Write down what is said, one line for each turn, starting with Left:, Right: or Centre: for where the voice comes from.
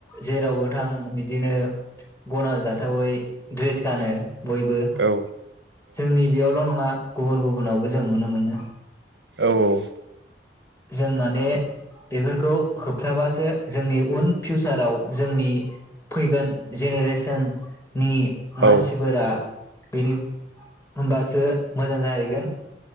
Left: जेरावबो नोंथां बिदिनो गनाजाथावै ड्रेस गानो बयबो
Right: औ
Left: जोंनि बेयावल नङा गुबुन गुबुनावबो जों नुनो मोनो
Right: औ औ औ
Left: जों माने बेफोरखौ होबथाबासो जोंनि उन फिउचाराव जोंनि फैगोन जेनेरेसोन नि मानसिफोरा
Right: औ
Left: बेनि होनबासो मोजां जाहैगोन